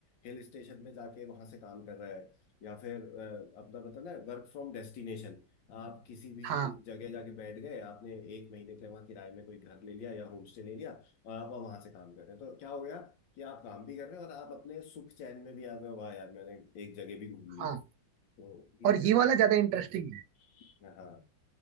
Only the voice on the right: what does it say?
हाँ
हाँ
और
ये
वाला ज्यादा इंटरेस्टिंग है